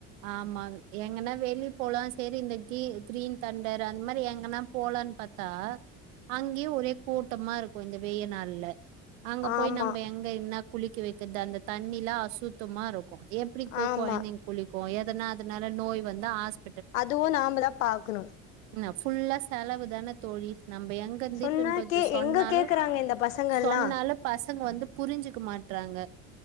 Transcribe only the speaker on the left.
ஆமா
ஆமா
அதுவும் நாம தான் பாக்கணும்
சொன்னா
கே
எங்க கேக்குறாங்க இந்த பசங்கல்லா